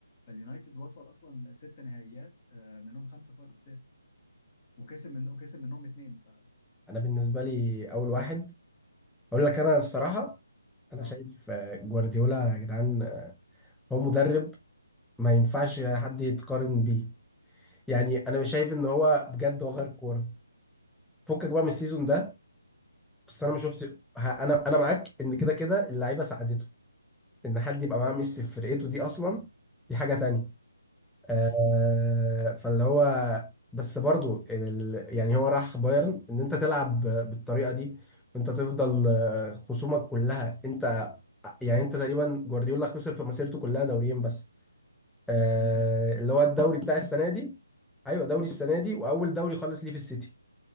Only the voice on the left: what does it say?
فاليونايتد وصل اصلا ست نهائيات آه، منهم خمسه في وقت الصيف وكسب من وكسب منهم اثنين ف
اه
تمام
مم.